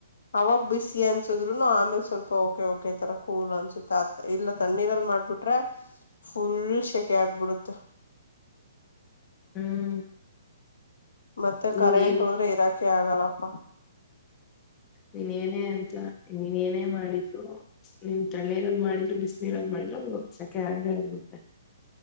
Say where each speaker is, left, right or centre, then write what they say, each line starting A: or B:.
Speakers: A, on the left; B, on the left.
A: ಅವಾಗ ಬಿಸಿ ಅನ್ಸುದ್ರುನು ಆಮೇಲೆ ಸ್ವಲ್ಪ ಓಕೆ ಓಕೆ ತರ ಕೂಲ್ ಅನ್ಸುತ್ತೆ ಅ ಇಲ್ಲ ತಣ್ಣೀರಲ್ಲಿ ಮಾಡ್ಬಿಟ್ರೆ ಫುಲ್ ಸೆಕೆ ಆಗ್ಬಿಡುತ್ತೆ
B: ಹ್ಮ್
A: ಮತ್ತೆ
B: ನೀನ್
A: ಕರೆಂಟ್
B: ಏನ್
A: ಹೋದ್ರೆ ಇರಾಕೆ ಆಗಲ್ಲಪ್ಪ
B: ನೀನೆನೆ ಅಂತ ನೀನೆನೇ ಮಾಡಿದ್ರು ನಿವು ತಣೆರಲ್ ಮಾಡಿದ್ರು ಬಿಸ್ನಿರಲಿ ಮಾಡಿದ್ರು ಸಕೆ ಆಗೆ ಆಗುತ್ತೆ